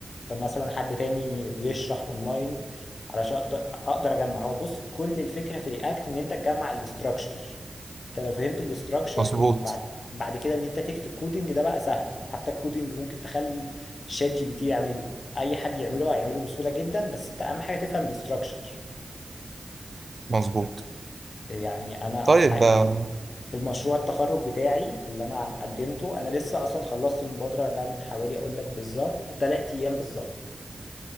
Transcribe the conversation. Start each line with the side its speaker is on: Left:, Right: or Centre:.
Left: مثلا حد تاني بيشرح أونلاين علشان أقدر أقدر أجمع هو بص كل الفكرة في رياكت إن أنت تجمع الاستراكشر انت لو فهمت الاستراكشر
Right: مظبوط
Left: بعد بعد كده ان انت تكتب كودنج ده بقى سهل حتى الكودنج ممكن تخلي شات جي بي تي يعمله اي حد يعمله هيعمله بسهوله جدا بس انت اهم حاجه تفهم الاستراكشر
Right: مظبوط
Left: يعني انا
Right: طيب
Left: ع- ال-
Right: آه،
Left: المشروع التخرج بتاعي اللي انا عم- قدمته انا لسه اصلا خلصت المبادره ده من حوالي اقول لك بالظبط ثلاث ايام بالظبط